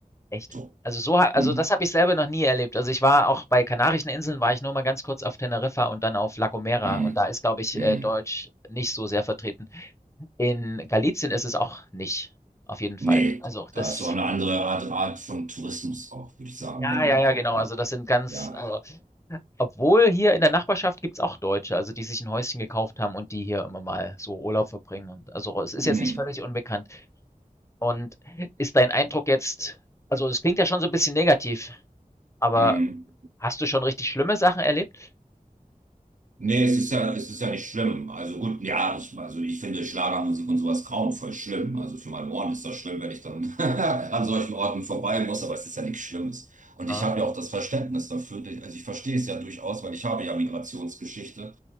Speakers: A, on the left; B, on the right.
A: echt?
B: So.
A: Also, so ha
B: Mm,
A: also, das habe ich selber noch nie erlebt. Also, ich war auch bei Kanarischen Inseln war ich nur mal ganz kurz auf Teneriffa und dann auf La Gomera
B: mm,
A: und da ist, glaube ich,
B: mm.
A: äh, Deutsch nicht so sehr vertreten. In Galizien ist es auch nicht, auf jeden Fall.
B: Nee,
A: Also,
B: da
A: das
B: ist so eine andere Art, Art von Tourismus auch, würde ich sagen,
A: ja,
B: wenn
A: ja,
B: überhaupt,
A: ja, genau.
B: ne?
A: Also, das sind ganz
B: Ja.
A: also, obwohl hier in der Nachbarschaft gibt's auch Deutsche, also, die sich ein Häuschen gekauft haben und die hier immer mal so Urlaub verbringen und also, es ist
B: Hm,
A: jetzt nicht völlig unbekannt. Und ist dein Eindruck jetzt also, es klingt ja schon so ein bisschen negativ, aber
B: hm.
A: hast du schon richtig schlimme Sachen erlebt?
B: Nee, es ist ja, es ist ja nicht schlimm. Also gut, ja, ich, also ich finde Schlagermusik und sowas grauenvoll schlimm. Also für meine Ohren ist das schlimm, wenn ich dann <laughs> an solchen Orten vorbei muss, aber es ist ja nichts Schlimmes. Und
A: Mhm,
B: ich habe ja auch das Verständnis dafür. Also ich verstehe es ja durchaus, weil ich habe ja Migrationsgeschichte,